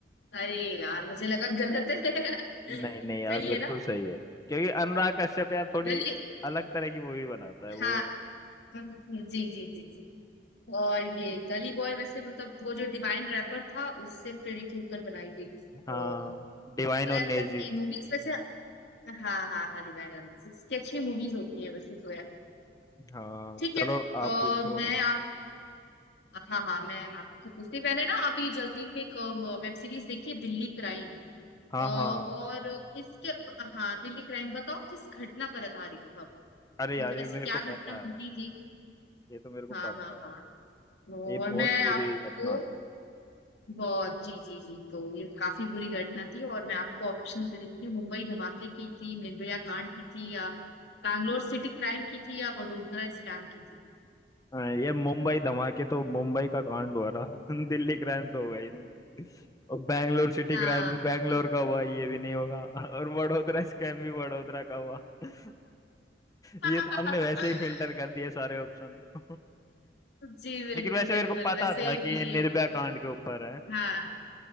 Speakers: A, on the left; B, on the left.
A: अरे यार मुझे लगा गलत है <laughs>
B: नहीं नहीं यार
A: सही
B: बिल्कुल
A: है ना
B: सही है क्योंकि अनुराग कश्यप यार थोड़ी
A: गली
B: अलग तरह की मूवी बनाता है वो
A: हाँ हम्म, जी जी जी जी और ये गली बॉय वैसे मतलब वो जो डिवाइन रैपर था उससे प्रेरित होकर बनाई गई
B: हाँ
A: और
B: डिवाइन
A: जोया
B: और नेजी
A: अख्तर की मूवीज वैसे हाँ हाँ हाँ डिवाइन एनालिसिस की अच्छी मूवीज होती है वैसे जोया
B: हाँ
A: ठीक
B: चलो
A: है
B: आप
A: और
B: पूछो
A: मैं आप हाँ हाँ मैं आपसे पूछती मैंने ना अभी जल्दी में एक वेब सीरीज देखी है दिल्ली क्राइम
B: हाँ
A: अ, और
B: हाँ
A: इसके हाँ दिल्ली क्राइम बताओ किस घटना पर आधारित था
B: अरे यार
A: मतलब
B: ये
A: ऐसी
B: मेरे
A: क्या
B: को पता
A: घटना घटी
B: है
A: थी
B: ये तो मेरे को
A: हाँ
B: पता
A: हाँ
B: है यार
A: हाँ और
B: ये बहुत
A: मैं
B: बुरी
A: आपको
B: घटना थी
A: बहुत जी जी जी तो ये काफी बुरी घटना थी और मैं आपको ऑप्शन दे देती हूँ मुंबई धमाके की थी निर्भया कांड की थी या बैंगलोर सिटी क्राइम की थी या वडोदरा स्कैम की थी
B: हाँ, ये मुंबई धमाके तो मुंबई का कांड हुआ ना <laughs> दिल्ली क्राइम तो हुआ ही नहीं और बैंगलोर सिटी
A: हाँ
B: क्राइम भी बैंगलोर
A: बिल्कुल
B: का हुआ ये भी नहीं होगा और वडोदरा स्कैम भी वडोदरा का हुआ <laughs>
A: <laughs>
B: ये तो आपने वैसे ही फिल्टर कर दिए सारे ऑप्शन <laughs>
A: जी बिल्कुल
B: लेकिन वैसे
A: बिल्कुल
B: मेरे को पता
A: वैसे
B: था
A: ये
B: कि ये निर्भया कांड के ऊपर है
A: हाँ